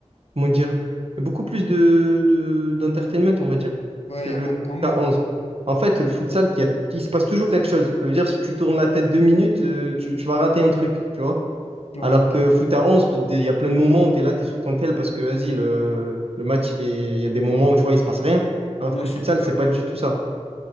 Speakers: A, on the right; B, on the left.
A: comment dire, beaucoup plus de, de, d'entertainment, on va dire,
B: Ouais,
A: que
B: il
A: le
B: y a moins de temps mort.
A: k onze En fait, futsal, il y a- il se passe toujours quelque chose. Ça veut dire, si tu tournes la tête deux minutes, euh, tu, tu vas rater un truc, tu vois.
B: Ouais,
A: Alors
B: ok.
A: que foot à 11 tu te dis- il y a plein de moments où tu es là, tu es sur ton tel parce que, vas-y, le, le match, il est, il y a des moments où, tu vois, il se passe rien. Alors
B: Ouais,
A: que
B: je
A: futsal,
B: suis d'accord.
A: c'est pas du tout ça.